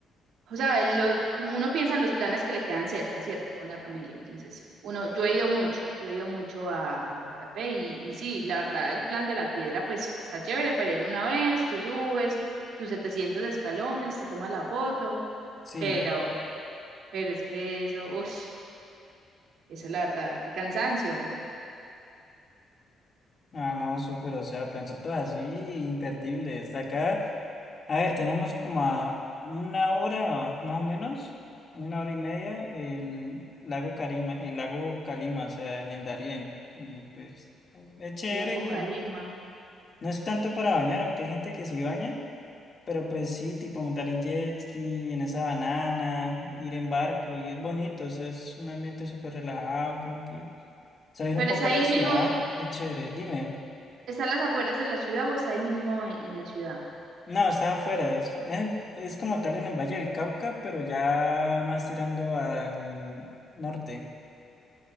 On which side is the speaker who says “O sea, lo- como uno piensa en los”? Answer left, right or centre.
Right